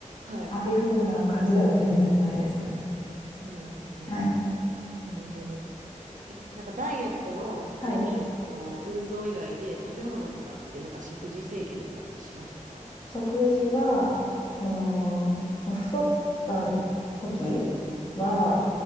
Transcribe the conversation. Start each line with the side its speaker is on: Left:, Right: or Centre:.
Right: はい
Left: ああいう風な感じでは全然ないですね。
Right: そうなんですね。
Left: はい。
Right: あなるほど。え、なんかダイエットのために、
Left: はい
Right: その運動以外で食べ物とかって、なんか食事制限とかってしました
Left: 食事は、その、太った時は、
Right: うん。